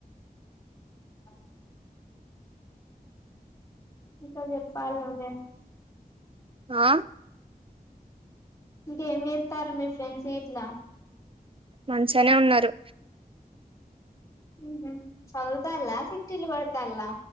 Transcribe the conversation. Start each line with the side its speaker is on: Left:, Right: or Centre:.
Left: అ ఇకా చెప్పల్ నువ్వే
Right: ఆ
Left: ఇకేమి సేస్తారు మీ ఫ్రెండ్స్ గిట్లా
Right: మంచిగానే ఉన్నారు
Left: హుహు సాధువుతల్ల సిట్లి బెడతల్లా